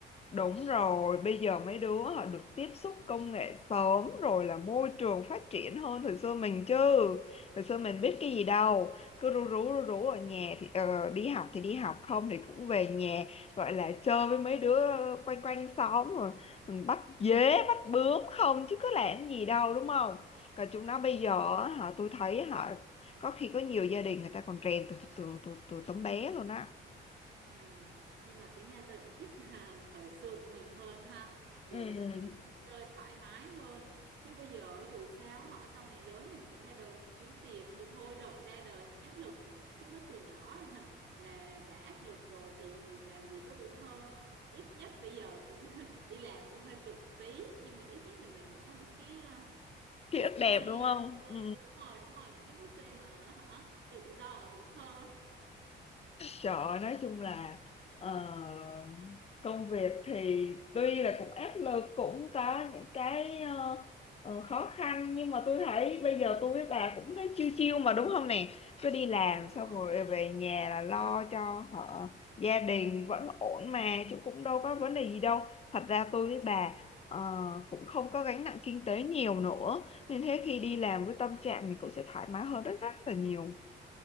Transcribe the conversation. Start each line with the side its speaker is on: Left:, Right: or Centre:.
Left: Đúng rồi, bây giờ mấy đứa họ được tiếp xúc công nghệ sớm rồi là môi trường phát triển hơn thời xưa mình chứ. Thời xưa mình biết cái gì đâu, cứ rú rú rú rú ở nhà thì ờ, đi học thì đi học không thì cũng về nhà gọi là chơi với mấy đứa quanh quanh xóm rồi mình bắt dế, bắt bướm không chứ có làm gì đâu đúng không? Còn chúng nó bây giờ á, họ tôi thấy họ có khi có nhiều gia đình người ta còn rèn từ từ từ từ, từ tấm bé luôn á.
Right: Ừ, nhưng mà tính ra tôi lại thích <laughs> hàng thời xưa của mình hơn ha được
Left: Ừ.
Right: ừ, vui chơi thoải mái hơn chứ bây giờ dù sao họ sau này lớn mình cũng ra đời mình kiếm tiền thì thôi đợi ra đời thằng áp lực chứ mới từ nhỏ <laughs> là, là đã áp lực rồi thì làm gì có tuổi thơ ít nhất bây giờ cũng <laughs> đi làm cũng hơi cực tí nhưng mà ít nhất là mình đã có những cái ờ,
Left: Ký
Right: phút
Left: ức đẹp
Right: giây
Left: đúng không?
Right: ờ,
Left: Ừ.
Right: đúng rồi đúng rồi những cái phút giây mà hả tự do ở tuổi thơ
Left: Trời ơi, nói chung là ờ, công việc thì tuy là cũng áp lực cũng có những cái ờ, ờ, khó khăn nhưng mà tôi thấy bây giờ tôi với bà cũng thấy chiêu chiêu mà đúng không nè cứ đi làm
Right: đúng
Left: xong
Right: rồi
Left: rồi về nhà là lo cho họ gia đình vẫn ổn mà chứ cũng đâu có vấn đề gì đâu thật ra tôi với bà ờ, cũng không có gánh nặng kinh tế nhiều nữa nên thế khi đi làm với tâm trạng mình cũng sẽ thoải mái hơn rất rất là nhiều